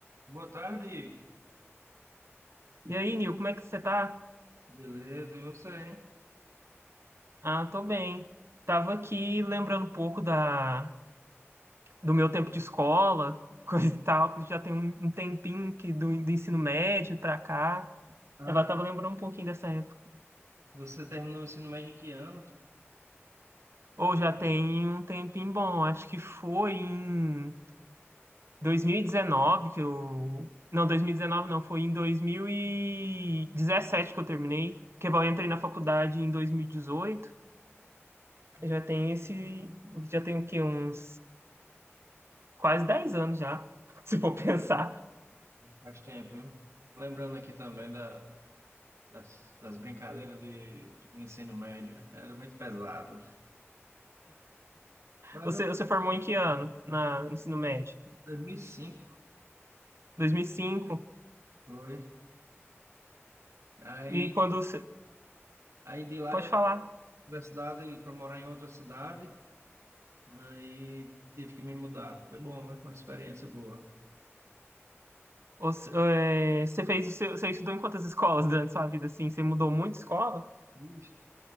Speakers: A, on the right (about 85°); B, on the right (about 60°).
A: Boa tarde, Igor.
B: E aí, Nil, como é que você tá?
A: Beleza, e você, hein?
B: Ah, tô bem. Tava aqui lembrando um pouco da, do meu tempo de escola, <laughs> coisa e tal, que já tem um, um tempinho que do, do ensino médio pra cá.
A: Ah,
B: Eu já tava lembrando um pouquinho dessa época.
A: você terminou o ensino médio em que ano?
B: Ou já tem um tempinho bom, acho que foi em 2019 que eu. Não, 2019 não, foi em 2017 que eu terminei. Que eu entrei na faculdade em 2018. Já tem esse. Já tem o quê? Uns. quase 10 anos já, <laughs> se for pensar.
A: Faz tempo, viu? Lembrando aqui também da, das, das brincadeiras de do ensino médio, era muito pesado. Mas é
B: Você, você formou em que ano na no ensino médio?
A: 2005,
B: 2005. E cinco?
A: foi. Aí,
B: E quando você...
A: aí de lá
B: Pode
A: eu fui
B: falar.
A: pra cidade para morar em outra cidade, aí tive que me mudar. Foi bom, né? Uma experiência boa.
B: Você, eh, você fez o seu, você estudou em quantas escolas durante sua vida, assim? Você mudou muito de escola?
A: Ixi,